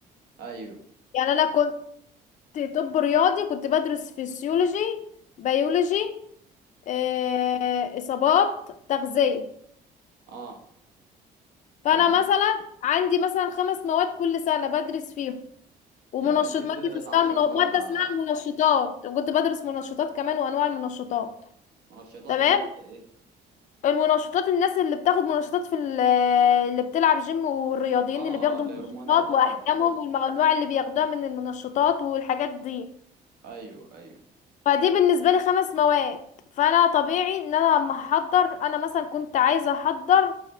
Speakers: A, on the right; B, on the left.
A: ايوه
B: يعني انا كنت طب رياضي كنت بدرس فسيولوجي بيولوجي آه، اصابات تغذية
A: اه
B: فانا
A: يعني
B: مثلا عندي مثلا خمس مواد كل سنة بدرس فيهم ومنشط
A: يعني انت
B: مادة
A: بتدرس
B: اسمها
A: عشر
B: المن-
A: مواد
B: مادة
A: على
B: اسمها المنشطات كنت بدرس منشطات كمان وانواع المنشطات
A: منشطات
B: تمام
A: اللي هي ايه
B: المنشطات الناس اللي بتاخد منشطات في ال- اللي بتلعب جيم والرياضيين
A: اه
B: اللي بياخدوا
A: اه الهرمونات
B: منشطات
A: يعني
B: واحكامهم
A: والحاجات دي.
B: والانواع اللي بياخدوها من المنشطات والحاجات دي
A: ايوه ايوه
B: فدي بالنسبه لي خمس مواد فانا طبيعي ان انا لما احضر انا مثلا كنت عايزه احضر